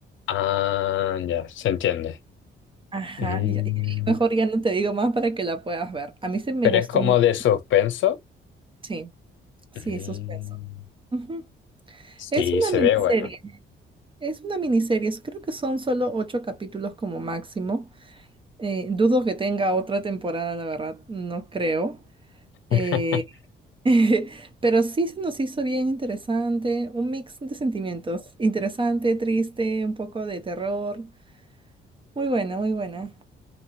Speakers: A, on the left; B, on the right.
A: Ah, ya, se entiende.
B: Ajá,
A: Mm,
B: y, Y ahí mejor ya no te digo más para que la puedas ver. A mí se me
A: Pero
B: gustó
A: es como
B: mucho.
A: de suspenso.
B: Sí, sí,
A: Mm,
B: suspenso. Ujú.
A: Sí,
B: Es una
A: se
B: miniserie,
A: ve bueno.
B: es una miniserie. Creo que son solo ocho capítulos como máximo. Eh, dudo que tenga otra temporada, la verdad, no creo.
A: <laughs>
B: Eh, <laughs> pero sí se nos hizo bien interesante, un mix de sentimientos, interesante, triste, un poco de terror. Muy buena, muy buena.